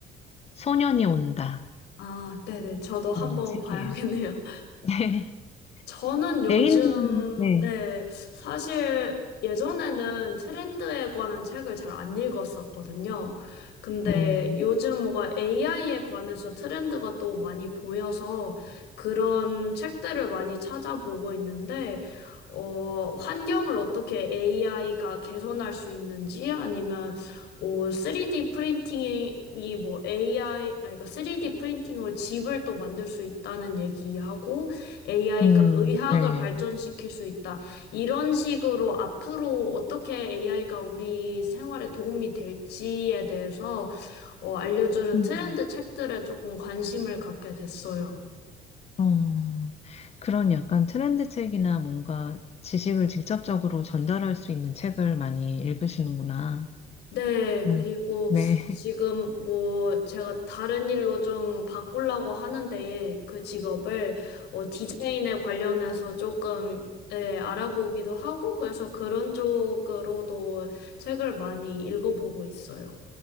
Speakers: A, on the left; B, on the left.
A: 소년이 온다.
B: 아, 네네. 저도 한번
A: 라는 책이에요.
B: 봐야겠네요.
A: <laughs> 네.
B: 저는 요즘,
A: A님은, 네.
B: 네, 사실 예전에는 트렌드에 관한 책을 잘 안 읽었었거든요. 근데
A: 음,
B: 요즘 뭔가 AI에 관해서 트렌드가 또 많이 보여서 그런 책들을 많이 찾아보고 있는데, 어, 환경을 어떻게 AI가 개선할 수 있는지 아니면 어, 3D 프린팅이 뭐 AI 아니 그러니까 3D 프린팅으로 집을 또 만들 수 있다는 얘기하고 AI가
A: 음,
B: 의학을
A: 네.
B: 발전시킬 수 있다. 이런 식으로 앞으로 어떻게 AI가 우리 생활에 도움이 될지에 대해서 어, 알려주는
A: 음.
B: 트렌드 책들에 조금 관심을 갖게 됐어요.
A: 어, 그런 약간 트렌드 책이나 뭔가 지식을 직접적으로 전달할 수 있는 책을 많이 읽으시는구나.
B: 네, 그리고
A: 음, 네.
B: 지금 뭐 제가 다른 일로 좀 바꾸려고 하는데 그 직업을 어, 디자인에 관련해서 조금 예, 알아보기도 하고 그래서 그런 쪽으로도 책을 많이 읽어보고 있어요.